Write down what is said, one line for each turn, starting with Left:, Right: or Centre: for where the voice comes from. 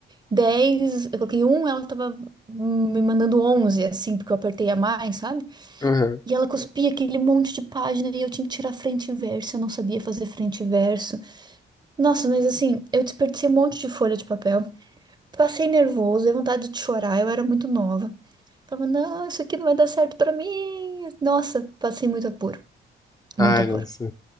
Right: 10 eu coloquei um, ela tava hum, me mandando 11 assim, porque eu apertei a mais, sabe?
Left: Aham.
Right: E ela cuspia aquele monte de página e eu tinha que tirar frente e verso, eu não sabia fazer frente e verso. Nossa, mas assim, eu desperdicei um monte de folha de papel. Passei nervoso, dei vontade de chorar, eu era muito nova. Falava, não, isso aqui não vai dar certo pra mim. Nossa, passei muito apuro,
Left: Ai,
Right: muito apuro.
Left: nossa.